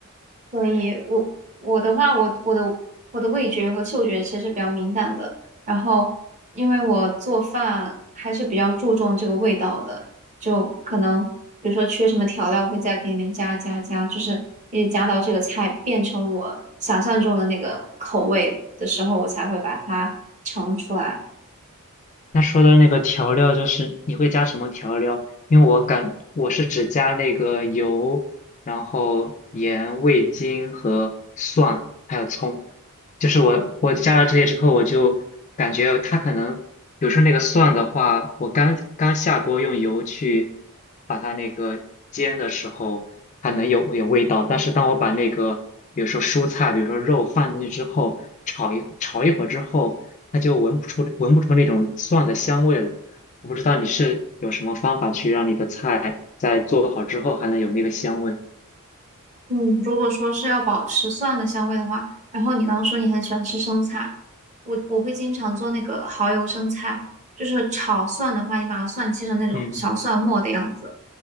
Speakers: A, on the right; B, on the left.
A: 所以我我的话，我我的我的味觉和嗅觉其实比较敏感的。然后，因为我做饭还是比较注重这个味道的，就可能比如说缺什么调料，我会在里面加加加，就是一直加到这个菜变成我想象中的那个口味的时候，我才会把它盛出来。
B: 那说到那个调料，就是你会加什么调料？因为我感我是只加那个油，然后盐、味精和蒜，还有葱。就是我我加了这些之后，我就感觉它可能，比如说那个蒜的话，我刚刚下锅用油去把它那个煎的时候，它能有有味道。但是当我把那个比如说蔬菜，比如说肉放进去之后，炒一炒一会儿之后。它就闻不出闻不出那种蒜的香味了。我不知道你是有什么方法去让你的菜在做好之后还能有那个香味。
A: 嗯，如果说是要保持蒜的香味的话，然后你刚刚说你很喜欢吃生菜，我我会经常做那个蚝油生菜，就是炒蒜的话，你把它蒜切成那种小蒜末的样子，
B: 嗯，